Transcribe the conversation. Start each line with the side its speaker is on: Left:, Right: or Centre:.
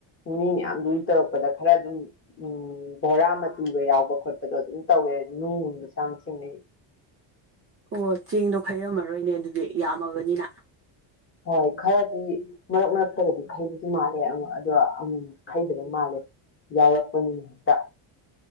Left: ꯃꯤ ꯃꯌꯥꯝꯗꯨꯒꯤ ꯇꯧꯔꯛꯄꯗ ꯈꯔ ꯑꯗꯨꯝ ꯎꯝ ꯕꯣꯔꯥ ꯃꯆꯨꯒ ꯌꯥꯎꯕ ꯈꯣꯠꯄꯗꯣ ꯑꯗꯨꯝ ꯇꯧꯋꯦ ꯅꯨꯡꯒꯨꯝꯕꯁꯨ ꯌꯥꯝ ꯊꯦꯡꯅꯩ
Right: ꯑꯣ ꯆꯦꯡꯗꯣ ꯈꯩꯔꯝꯃꯔꯣꯏꯅꯦ ꯑꯗꯨꯗꯤ ꯌꯥꯝꯃꯕꯅꯤꯅ
Left: ꯍꯣꯏ ꯈꯔꯗꯤ ꯃꯔꯛ ꯃꯔꯛꯇꯒꯗꯤ ꯈꯩꯕꯁꯨ ꯃꯥꯜꯂꯦ ꯑꯗꯣ ꯑꯃꯨꯃ ꯍꯩꯗꯕ ꯃꯥꯜꯂꯦ ꯌꯥꯎꯔꯛꯄꯅꯤꯅ ꯍꯦꯛꯇ